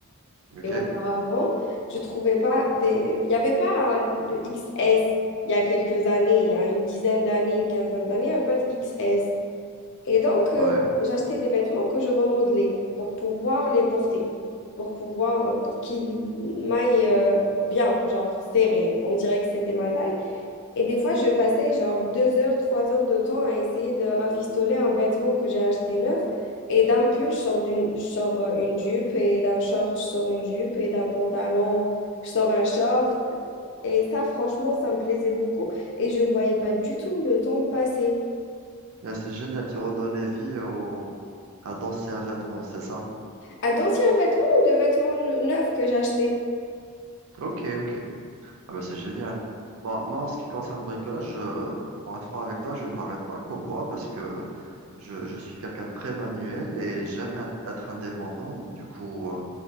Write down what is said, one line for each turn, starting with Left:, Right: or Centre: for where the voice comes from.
Right: OK?
Left: Et auparavant, je trouvais pas des... Il n'y avait pas euh, le XS il y a quelques années, il y a une dizaine d'années, une quinzaine d'années, il n'y avait pas de XS. Et donc,
Right: Ouais.
Left: euh, j'achetais des vêtements que je remodelais pour pouvoir les porter, pour pouvoir, euh, pour qu'ils m'aillent euh, bien, genre serré. On dirait que c'était ma taille. Et des fois, je passais genre deux heures, trois heures de temps à essayer de rafistoler un vêtement que j'ai acheté neuf. Et d'un pull, je sors d'une, je sors euh, une jupe, et d'un short, je sors une jupe, et d'un pantalon, je sors un short. Et ça, franchement, ça me plaisait beaucoup. Et je ne voyais pas du tout le temps passer.
Right: Ah, c'est génial, tu redonnais vie au... à d'anciens vêtements, c'est ça?
Left: À d'anciens vêtements ou de vêtements ne- neufs que j'achetais?
Right: Ok, ok. Ah bah c'est génial. Moi, moi, en ce qui concerne le bricolage, je- pour être franc avec toi, je ne m'arrête pas qu'au bois parce que je, je suis quelqu'un de très manuel et j'aime in- être indépendant. Du coup, euh,